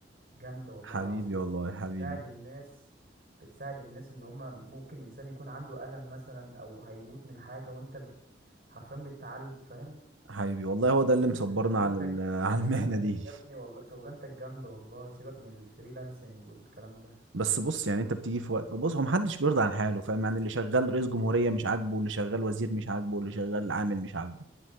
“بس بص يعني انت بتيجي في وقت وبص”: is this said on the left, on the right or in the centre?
Right